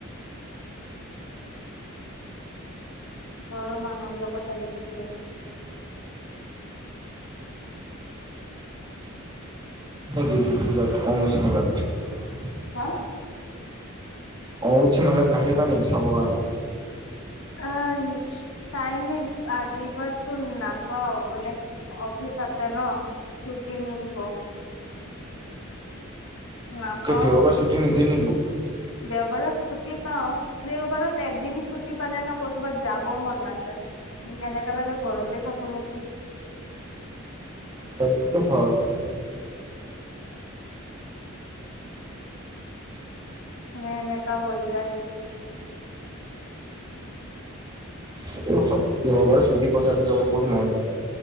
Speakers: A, on the left (about 80°); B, on the right (about 20°).
A: ঘৰৰ মানুহ লগত আহিছিলে <inaudible>
B: গীটো পূজাত অংগচু মেলাত <unintelligible>
A: হা
B: অ উচি মেলাত নাহিবা নেকি চাব কাৰণে
A: অ তাইমে আজিপাটো নাপাওঁ মানে অফিচ আছে ন ছুটি নিদিব <unintelligible> নাপাওঁ
B: কিয় দেওবাৰ
A: ছুটি
B: নিদিয়ে নেকি?
A: দেওবাৰত চু তি পাও দেওবাৰত এদিন ছুটি পালে ন ক'তোবাত যাব মন নাযায় এনেকা লাগে ঘৰতে থাকো নেকি <unintelligible>
B: সেইটো হয়
A: এ এনেকা হৈ যায়
B: সেইটো হ দেওবাৰ চুটি পালে আৰু যাব ক'ত মন যায়